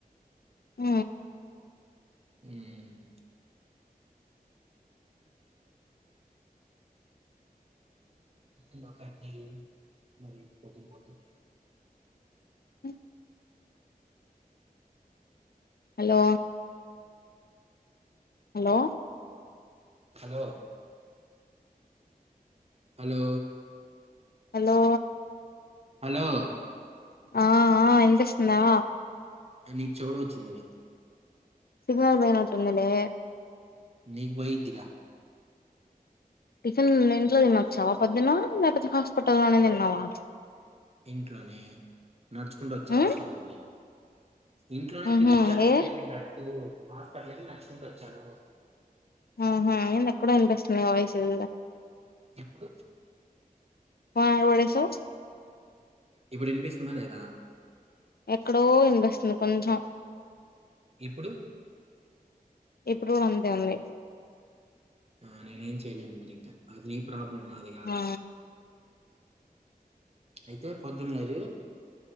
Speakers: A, on the left; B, on the right.
A: ఆ
B: మ్మ్ దీమకద్ది మరి కొదిగి బోతి
A: అ hello hello
B: hello hello
A: hello
B: hello
A: ఆ ఆ ఇనిపిస్తుందా
B: నీకు చెవుడొచ్చింది
A: సిగ్నల్ పొయనట్టుందిలే
B: నీకు బొయ్యిద్దిగా
A: టిఫిన్ ఇంట్లో తినచ్చా పొద్దున్న లేకపోతే హాస్పిటల్లోనే తిన్నావా
B: ఇంట్లోనే నడుచుకుంటా వచ్చే
A: ఉమ్
B: ఆస్పటల్ ఇంట్లోనే
A: ఉహు
B: తినొచ్చాను
A: ఏ
B: ఇడ్లీ పిండట్టు హాస్పిటల్కి నచ్చుకుంట వచ్చాను
A: ఆహా ఏందెక్కడో వినిపిస్తున్ నీ వాయిసు
B: ఇప్పుడు
A: ఆ ఓలేషు
B: ఇప్పుడు ఇనిపిస్తున్నా లేదా
A: ఎక్కడో ఇనిపిస్తుంది కొంచం
B: ఇప్పుడు
A: ఇప్పుడు అంతే ఉంది
B: ఆ నేను ఏం చేయలేను మరింక అది నీ ప్రాబ్లం నాది గాదు
A: ఆ
B: అయితే పొద్దున్నరి